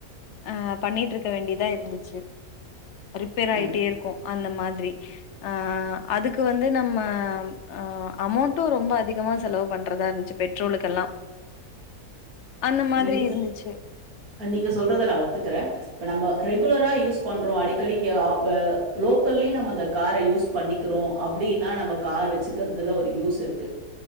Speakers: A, on the left (about 60°); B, on the right (about 80°).
A: அ பண்ணிட்டு இருக்க வேண்டியதா இருந்ச்சு ரிப்பேர் ஆயிட்டே
B: அ
A: இருக்கு அந்த மாதிரி அ அதுக்கு வந்து நம்ம ஆ அமௌண்ட்டு ரொம்ப அதிகமா செலவு பண்றதா இருந் ச்சு பெட்ரோலுக்கெல்லா அந்த மாதிரி
B: நீங்க
A: இருந்துச்சு
B: நீங்க சொல்றத நா ஒத்துக்கறே இப்ப நம்ப ரெகுலரா யூஸ் பண்றோ அடிக்கடி இங்க லோக்கல்லயு நம்ம இந்த காரை யூஸ் பண்ணிக்கிறோ அப்டின்னா நம்ம கார் வச்சுக்கறதுல ஒரு யூஸ் இருக்கு